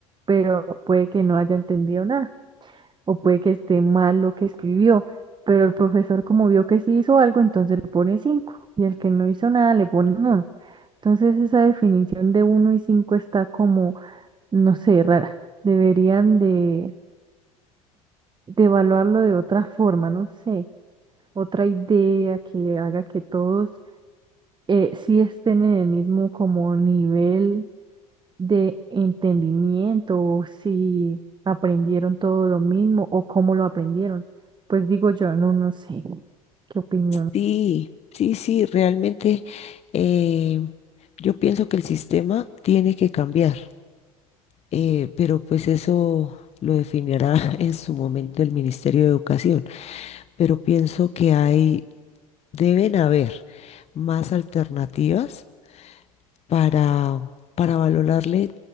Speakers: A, on the right; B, on the left.
A: pero puede que no haya entendido nada, o puede que esté mal lo que escribió. Pero el profesor, como vio que sí hizo algo, entonces le pone cinco, y el que no hizo nada le pone uno. Entonces esa definición de uno y cinco está como, no sé, rara. Deberían de de evaluarlo de otra forma, no sé, otra idea que haga que todos eh, sí estén en el mismo como nivel de entendimiento o si aprendieron todo lo mismo o cómo lo aprendieron. Pues digo yo, no, no sé qué opinión.
B: Sí, sí, sí, realmente eh, yo pienso que el sistema tiene que cambiar. eh, pero pues eso lo definirá <laughs> en su momento el Ministerio de Educación. Pero pienso que hay, deben haber más alternativas para, para valorarle